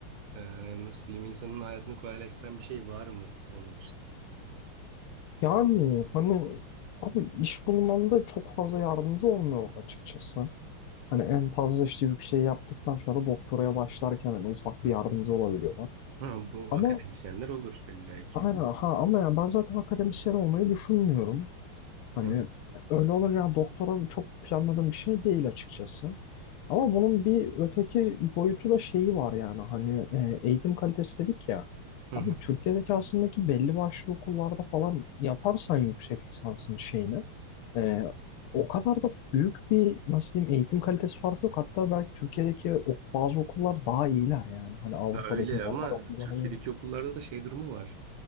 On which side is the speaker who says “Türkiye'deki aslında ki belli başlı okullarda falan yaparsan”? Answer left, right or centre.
Left